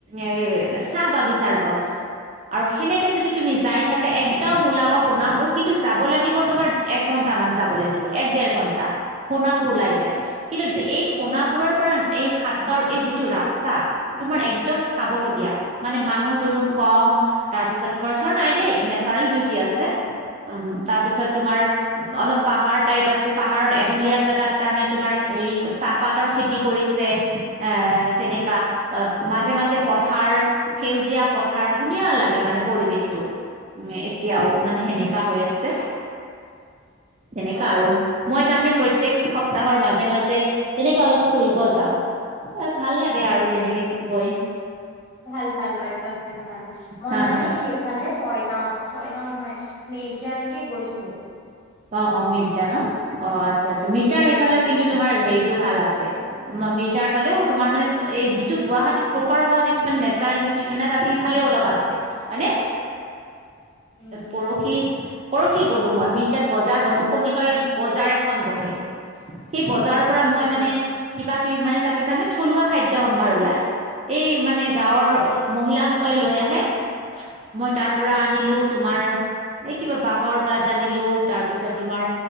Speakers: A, on the right (about 30°); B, on the left (about 30°).
A: এ চাহ বাগিচাৰ গছ আৰু সেনেকে যদি তুমি যাই থাকা এক। ত ওলাব সোণাপুৰ কিন্তু যাব লাগিব তোমাৰ এক ঘণ্টা মান যাব লাগিব এক ডেৰ ঘণ্টা সোণাপুৰ ওলাই যায়। কিন্তু এই সোণাপুৰৰ পৰা এই সাতগাঁওৰ এই যিটো ৰাস্তা তোমাৰ একদম চাবলগীয়া মানে মানুহ দুনুহ কম তাৰপিছত খৰচৰ নাই দেই নেচ চাৰল বিউটি আছে
B: অ
A: উ তাৰপিছত তোমাৰ অলপ পাহাৰ টাইপ আছে পাহাৰৰ এঢলীয়া জোগাত তাৰমানে তোমাৰ হেৰি চা পাতৰ খেতি কৰিছে। এই তেনেকা। মাজে মাজে পথাৰ সেউজীয়া পথাৰ ধুনীয়া লাগে মানে পৰিৱেশটো। উ এতিয়াও মানে সেনেকা হৈ আছে। তেনেকা
B: অ
A: আৰু মই তাৰমানে প্ৰত। প্ৰত্যেক সপ্তাহৰ মাজে মাজে তেনেকে অলপ ফুৰিব যাওঁ। অ ভাল লাগে আৰু তেনেকে গৈ।
B: ভাল ভাল অভ্যায়াসতটো ভাল মই
A: হা
B: মানে
A: হা
B: সেইফালে ছয়গাঁও। ছয়গাঁও নহয় মিৰ্জালৈকে গৈছো।
A: অ অ মিৰ্জা ন অ
B: উম
A: আচ্ছা আচ্ছা
B: মিৰ্জালৈকে
A: মিৰ্জাৰ সেইফালেও
B: গৈছো
A: কিন্তু তোমাৰ হেৰিতটো ভাল আছে। মি যাৰ ফালেও তোমাৰ মানে এই যিটো গুৱাহাটীত প্ৰপাৰ গুৱাহাটীত মানে নেচাৰেল বিউটিটো নে তাত সেই ফালেও ওলোৱা বাট আছে। হয়নে?
B: <inaudible> উম
A: পৰখি পৰখি‌ গলো মই মিৰ্জাত বজাৰ বহে শনিবাৰে বজাৰ এখন বহে। সেই বজাৰৰ পৰা
B: উম
A: মই মানে
B: উম
A: কিবা কিবি মানে তাতে তাৰমানে থলুৱা খাদ্যয় সম্ভাৰ ওলাই। এই মানে গাঁৱৰ মহিলাসকলে লৈ আহে। মই তাৰ পৰা আনিলো তোমাৰ এই কিবা বাহৰ গাজ আনিলো তাৰ পিছত তোমাৰ